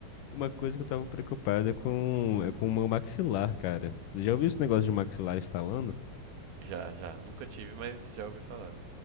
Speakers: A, on the left; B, on the right.
A: Uma coisa que eu tava preocupado é com, é com o meu maxilar, cara. Você já ouviu esse negócio de maxilar estalando?
B: Já, já. Nunca tive, mas já ouvi falar.